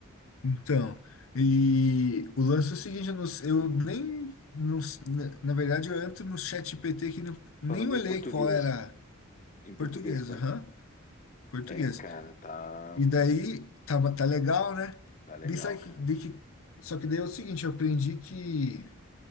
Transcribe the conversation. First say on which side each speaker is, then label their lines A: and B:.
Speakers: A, on the left (about 70°); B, on the left (about 35°).
A: Então, e o lance é o seguinte, eu, não s- eu nem, não s- na na verdade, eu entro no chat GPT que não- nem
B: Falando
A: olhei
B: em português,
A: qual era
B: em português
A: português,
B: com
A: aham,
B: ele.
A: português.
B: É, cara, tá,
A: E daí, tá, tá legal, né?
B: tá legal,
A: Daí sabe que,
B: cara.
A: daí que- só que daí é o seguinte, eu aprendi que